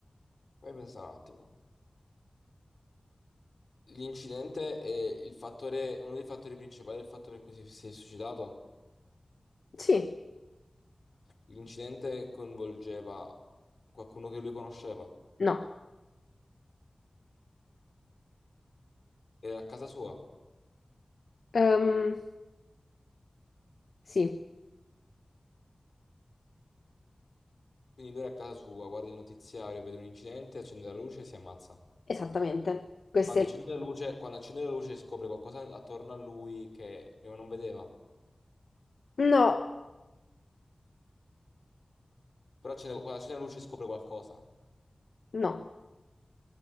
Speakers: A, on the left; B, on the left.
A: Vai a pensare un attimo. L'incidente è il fattore, uno dei fattori principali del fatto per cui si, si è suicidato.
B: Sì,
A: L'incidente coinvolgeva qualcuno che lui conosceva.
B: no.
A: Era a casa sua.
B: Ehm, sì,
A: Quindi lui era a casa sua, guarda il notiziario, vede un incidente, accende la luce e si ammazza.
B: esattamente. Questo
A: Quando
B: è...
A: accende la luce, quando accende la luce scopre qualcosa attorno a lui che prima non vedeva.
B: No,
A: Però accende- quando accende la luce scopre qualcosa.
B: no.